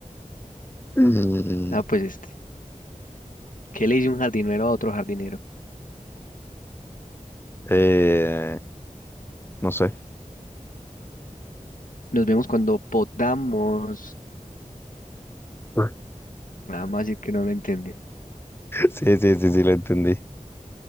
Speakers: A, on the left; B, on the left.
A: Mm,
B: ah, pues este. ¿Qué le dice un jardinero a otro jardinero?
A: eh, no sé.
B: Nos vemos cuando podamos.
A: <laughs>
B: Nada más decir que no lo entiende.
A: Sí, sí, sí, sí, lo entendí. A